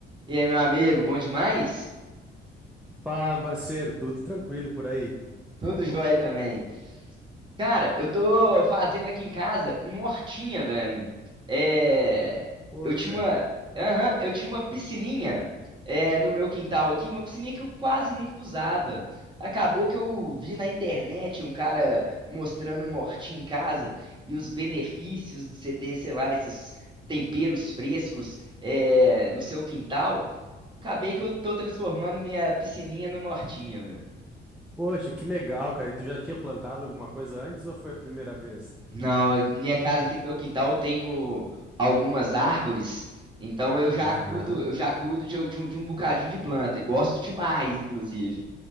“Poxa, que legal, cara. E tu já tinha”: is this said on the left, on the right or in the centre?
Centre